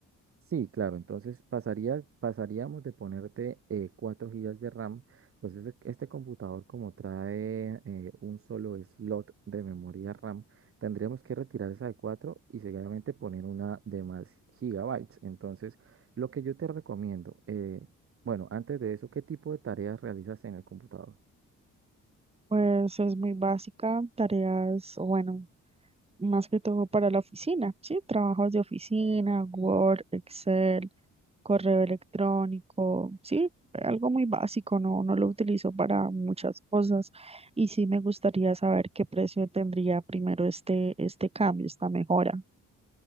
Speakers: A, on the right; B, on the right.
A: Sí, claro, entonces pasaría, pasaríamos de ponerte eh, 4 GB de RAM, pues este, este computador como trae eh, un solo slot de memoria RAM, tendríamos que retirar esa de 4 y seguidamente poner una de más gigabytes. Entonces, lo que yo te recomiendo, eh, bueno, antes de eso, ¿qué tipo de tareas realizas en el computador?
B: Pues es muy básica, tareas, o bueno, más que todo para la oficina, ¿sí? Trabajos de oficina, Word, Excel, correo electrónico, ¿sí? Algo muy básico, no, no lo utilizo para muchas cosas y sí me gustaría saber qué precio tendría primero este, este cambio, esta mejora.